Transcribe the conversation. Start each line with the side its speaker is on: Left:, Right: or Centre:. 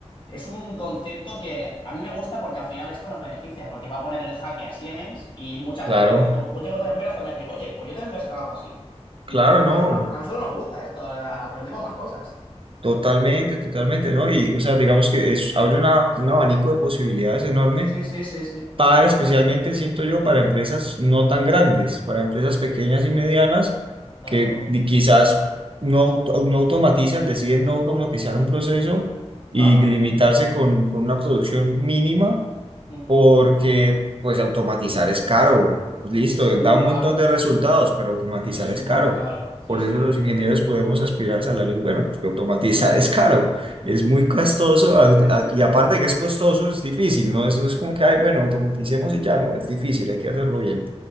Left: Es un concepto que a mí me gusta porque al final esto nos beneficia, porque va a poner en jaque a Siemens y mucha
Right: Claro,
Left: gente, deci- o muchas otras empresas también van a decir, oye, pues yo también voy a sacar algo así.
Right: claro,
Left: Y pues
Right: no.
Left: a nosotros, a nosotros nos gusta esto, a- aprendemos más cosas.
Right: Totalmente, totalmente, ¿no? Y, o sea, digamos que es, abre una, un abanico de posibilidades enorme
Left: Sí, sí, sí, sí.
Right: para especialmente, siento yo, para empresas no tan grandes, para empresas pequeñas y medianas
Left: Exacto.
Right: que ni- quizás no, auto- no automatizan, deciden no automatizar un proceso y
Left: Claro.
Right: limitarse con, con una producción mínima
Left: Ujú.
Right: porque pues automatizar es caro. Pues listo,
Left: Es muy
Right: da un
Left: caro,
Right: montón de resultados, pero automatizar
Left: pero es
Right: es
Left: muy
Right: caro.
Left: caro. Sí,
Right: Por
Left: sí.
Right: eso los ingenieros podemos aspirar salarios, bueno, pues que automatizar
Left: <laughs> Claro.
Right: es caro,
Left: <laughs>
Right: es muy costoso a-
Left: Sí, sí.
Right: a- y aparte de que es costoso, es difícil, no es, no es como que, ay, bueno, automaticemos y ya, no, es difícil, hay que hacerlo bien.